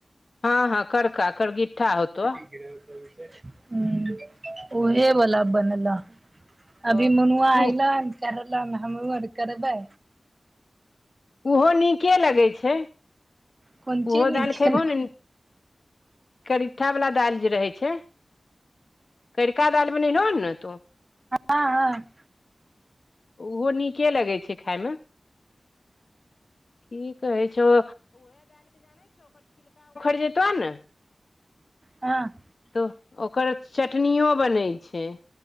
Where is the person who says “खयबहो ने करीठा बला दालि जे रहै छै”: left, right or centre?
Left